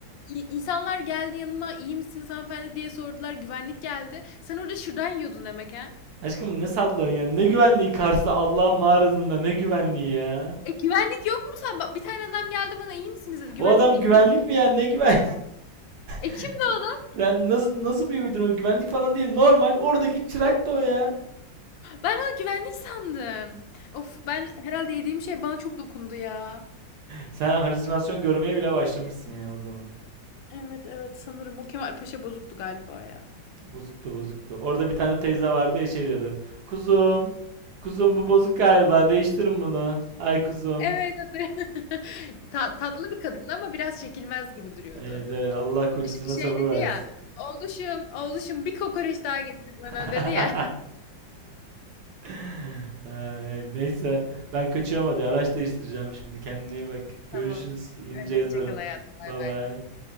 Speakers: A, on the left; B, on the right.
A: İ- İnsanlar geldi yanıma, iyi misiniz hanımefendi?" diye sordular. Güvenlik geldi. Sen orada şırdan yiyordun demek ha?
B: Aşkım ne sallıyorsun ya? Ne güvenliği Kars'ta Allah'ın mağarasında ne güvenliği ya?
A: E, güvenlik yok mu sen? Ba bir tane adam geldi bana, iyi misiniz?" dedi. Güvenlik
B: O adam
A: değil
B: güvenlik
A: miydi o?
B: mi ya? Ne güven?
A: E,
B: <laughs>
A: kimdi o adam?
B: Sen nasıl nasıl bir uydurma? Güvenlik falan değil. Normal oradaki çırak da o ya.
A: Ben onu güvenlik sandım. Of, ben herhalde yediğim şey bana çok dokundu ya.
B: Sen halüsinasyon görmeye bile başlamışsın ya o zaman.
A: Evet, evet, sanırım o Kemal Paşa bozuktu galiba ya.
B: Bozuktu bozuktu. Orada bir tane teyze vardı ya şey diyordu. Kuzum, kuzum bu bozuk galiba. Değiştirin bunu. Ay kuzum.
A: Evet,
B: <laughs>
A: evet. <laughs> Ta tatlı bir kadındı ama biraz çekilmez gibi duruyordu.
B: Evet, evet. Allah kocasına
A: Ş
B: sabır
A: şey dedi
B: versin.
A: ya, "Oğluşum, oğluşum bir kokoreç daha getirin bana."
B: <laughs>
A: dedi ya.
B: <laughs> Ay, Neyse ben kaçıyorum hadi araç değiştireceğim şimdi. Kendine iyi bak. Görüşürüz.
A: Tamam.
B: Yenice
A: Hadi
B: yazarım.
A: hoşça kal hayatım. Bay
B: Bye
A: bay.
B: bye.